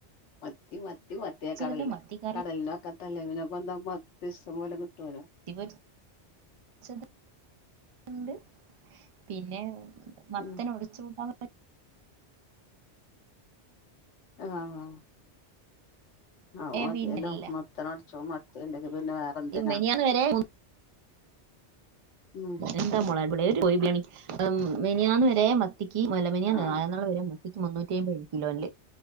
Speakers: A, on the left; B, on the right.
A: മത്തി മത്തി മത്തി
B: വറ്റിച്ചതുണ്ട്
A: കടലിന്റെ
B: മത്തി കറി
A: കടലിന്റെ വക്കത്തല്ലെ പിന്നെ പെന്താ മ ഇഷ്ട്ടം പോലെ കിട്ടോല്ലോ
B: മീൻ പൊരിച്ചത് ഉണ്ട് പിന്നെ മത്തന്
A: ഉം
B: ഒഴിച്ചു കൂട്ടാ
A: ആഹ് അഹ്
B: ഏ
A: മതിയല്ലോ
B: പിന്നല്ല
A: മത്തൻ ഒടച്ചതും മത്തി ഉണ്ടെങ്കി പിന്നെ വേറെ എന്തിനാ
B: മിനിയാന്ന് വരെ
A: ഉം
B: എന്താ മോളെ ഇവിടെ ഒരു കോയി ബിരിയാണി മെനിഞ്ഞാന്ന് വരെ മത്തിക്ക് അല്ല മെനിഞ്ഞാന്ന്
A: ആഹ്
B: അല്ല നാലാം നാള് വരെ മ ക്ക് മുന്നൂറ്റി അമ്പത് കിലോ ഇല്ലേ